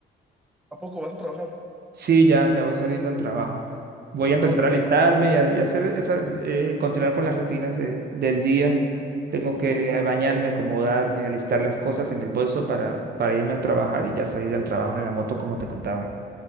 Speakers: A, in the centre; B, on the right.
A: ¿A poco vas a trabajar?
B: Sí, ya, ya voy saliendo al trabajo. Voy a empezar
A: No, está
B: a alistarme
A: bien, Jorge.
B: y a, y a hacer esa, eh, continuar con las rutinas de- del día. Tengo
A: Sí.
B: que bañarme, acomodarme, alistar las cosas en el bolso para, para irme a trabajar y ya salir al trabajo en la moto, como te contaba.